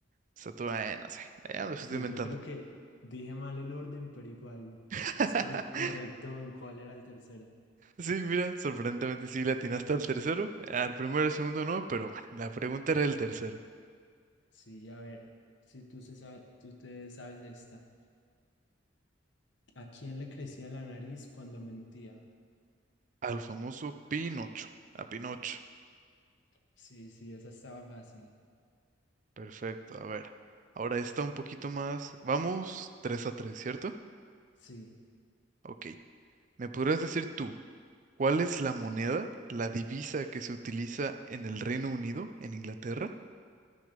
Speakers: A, on the right; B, on the left.
A: Saturno. eh, no sé, ya me lo estoy
B: Sí,
A: inventando.
B: yo creo que dije mal el orden, pero igual
A: <laughs>
B: estuve correcto en cuál era el tercero.
A: Sí, mira, sorprendentemente sí le atinaste al tercero. Al primero y al segundo no, pero bueno, la pregunta era el tercero.
B: Sí, a ver, si tú, se sa- tú te sabes esta. ¿A quién le crecía la nariz cuando mentía?
A: Al famoso Pinocho. A Pinocho.
B: Sí, sí, esa estaba fácil.
A: Perfecto, a ver. Ahora está un poquito más. Vamos 3 a 3, ¿cierto?
B: Sí.
A: Ok. ¿Me podrías decir tú cuál es la moneda, la divisa que se utiliza en el Reino Unido, en Inglaterra?